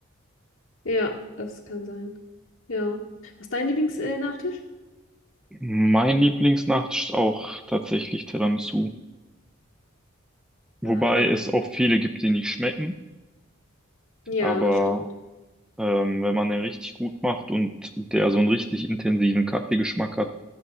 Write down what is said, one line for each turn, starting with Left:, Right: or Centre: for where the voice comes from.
Left: ja, das kann sein. Ja. Was ist dein Lieblingsnachtisch?
Centre: Mein Lieblingsnacht ist auch tatsächlich Tiramisu. Wobei
Left: Aha.
Centre: es auch viele gibt, die nicht schmecken.
Left: Ja,
Centre: Aber
Left: das stimmt.
Centre: ähm, wenn man den richtig gut macht und der so einen richtig intensiven Kaffeegeschmack hat,